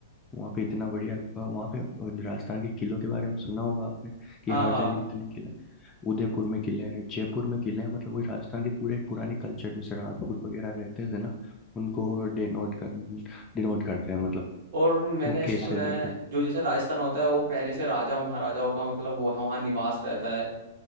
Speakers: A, on the left (about 20°); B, on the right (about 55°).
A: वहाँ पे इतना बढ़िया अ, वहाँ पे अ, राजस्थान के किलों के बारे में सुना होगा आपने कि
B: हाँ
A: हर
B: हाँ
A: जगह इतने किले उदयपुर में किले हैं जयपुर में किले हैं मतलब वही राजस्थान के पूरे पुराने कल्चर जैसे राजपूत वगैरह रहते थे ना उनको डिनोट कर डिनोट करते हैं मतलब
B: और मैंने
A: वो कैसे
B: सुना
A: रहते
B: है
A: थे
B: जो जैसे राजस्थान होता है वो पहले से राजा महाराजाओं का मतलब वो वहाँ निवास रहता है